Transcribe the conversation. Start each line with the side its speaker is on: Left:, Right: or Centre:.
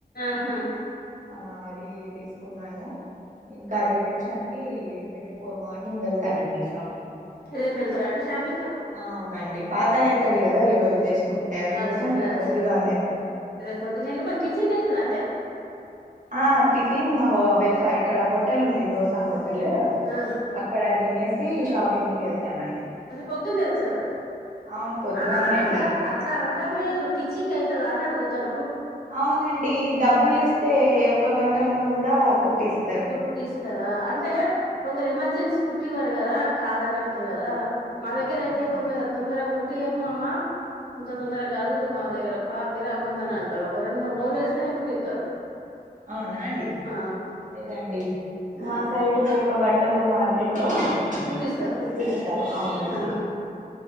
Left: ఆహా
Right: ఆ అది తీసుకున్నాను ఇంకా రిసెప్షన్కి పో మార్నింగ్ వెళ్తానండి షాపింగ్కి
Left: రేపు వెళ్తారా అండి షాపింగ్ కు
Right: ఆ అవునండి పాతగా అయితది కదా ఈ రోజు తెసుకుంటే అందుకోసం
Left: అచ్చ
Right: రేపు
Left: అచ్చ
Right: పొద్దుగా అనేది
Left: రేపు పొద్దున్న వెళ్లి మరి స్టిచింగ్ చేస్తాదా అండి
Right: ఆ టిఫిన్ మహో వెల్క ఇక్కడ హోటల్ ఉంది దోస హోటల్
Left: ఆ
Right: ఇక్కడ తినేసి షాపింగ్కి వెళ్తానండి
Left: అంటే పొద్దున్న వెళ్తారు
Right: అవును పొద్దుగాలనే
Left: ఆహా అట్లా
Right: వెళ్ళాలి కదా
Left: అట్లా అనటం లేదు స్టీచింగ్ అయితాద, అని అడిగిన,
Right: అవునండి, డబ్బులు, ఇస్తే, ఒక్కగంటలోన, కూడా, కుట్టిస్తా.
Left: కుట్టిస్తారా, అంటే, కొందరు, ఎమర్జెన్సీ, కుట్టివ్వారు. కదా, కాదని, అంటారు. కదా, మా, దగ్గర, అయితే,
Right: ఆ
Left: కొందరు, తొందర, కుట్టియం, అమ్మ, ఇంత, తొందరగా, కాదు, మాదగ్గర, బాగా, గరిరాకుందని, అంటారు. ఒక, రెండు, మూడు, రోజులు, వేస్తేనే, కుట్టిస్తారు. <inaudible>
Right: అవునా, అండి
Left: ఆ
Right: లేదండి,
Left: ఆ
Right: మా, సైడు, ఒక, గంటలో, మార్కెట్, లో,
Left: కట్టిస్తారు.
Right: కుట్టి ఇస్తారు అవునండి
Left: ఆ